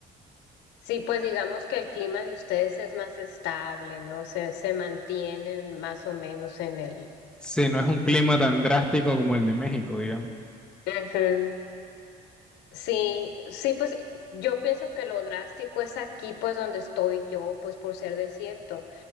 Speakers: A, on the left (about 85°); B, in the centre.
A: sí, pues digamos que el clima de ustedes es más estable, ¿no? Se, se mantienen más o menos en el...
B: Sí, no es un clima tan drástico como el de México, digamos.
A: Ujú. Sí, sí, pues yo pienso que lo drástico es aquí, pues donde estoy yo, pues por ser desierto,